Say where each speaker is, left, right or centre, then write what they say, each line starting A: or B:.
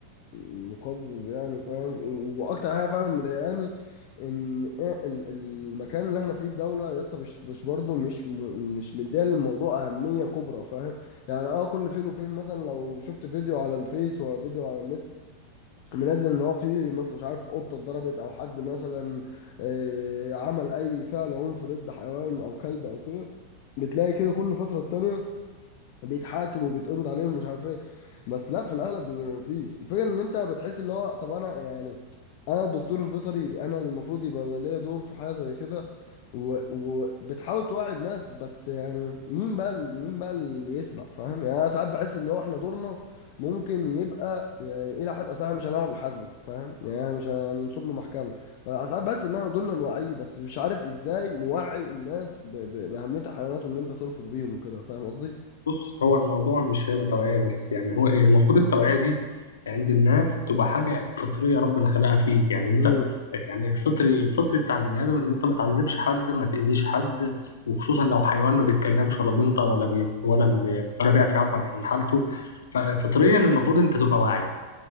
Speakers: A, on the left; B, on the left.
A: مقزز يعني فاهم و- واكتر حاجة فعلا مضايقاني ان ايه ال- المكان اللي احنا فيه الدولة يا اسطى مش مش برضه مش م- مش مديه للموضوع اهمية كبرى فاهم يعني اه كل فين وفين مثلا لو شفت فيديو على الفيس ولا فيديو على النت منزل ان هو في مثلا مش عارف قطه اتضربت او حد مثلا آه، عمل اي فعل عنف ضد حيوان او كلب او كده بتلاقي كده كل فتره تانية بيتحاكموا وبيتقبض عليهم مش عارف ايه بس لا في الاغلب بيبقى مفيش الفكره ان انت بتحس اللي هو طب انا يعني انا الدكتور البيطري انا المفروض يبقى ليا دور في حاجه زي كده وبتحاول توعي الناس بس يعني مين بقى ال- مين بقى اللي يسمع فاهم يعني انا ساعات بحس اللي هو احنا دورنا ممكن يبقى يعني الى حد اصل احنا مش هنعرف نحاسبه فاهم يعني احنا مش هنصب له محكمه ساعات بحس ان احنا دورنا نوعيه بس مش عارف ازاي نوعي الناس ب- ب- باهميه الحيوانات وان انت ترفق بيهم وكده فاهم قصدي
B: بص هو الموضوع مش هيبقى توعية بس يعني هو إيه، المفروض التوعية دي عند الناس تبقى حاجة فطرية ربنا خلقها فيك يعني انت
A: امم
B: يعني الفطري الفطري بتاع البني آدم ان انت ما تعذبش حد ما تأذيش حد وخصوصا لو حيوان ما بيتكلمش ولا بينطق ولا بي ولا بي ولا بيعرف يعبر عن حالته ففطريا المفروض انت تبقى واعي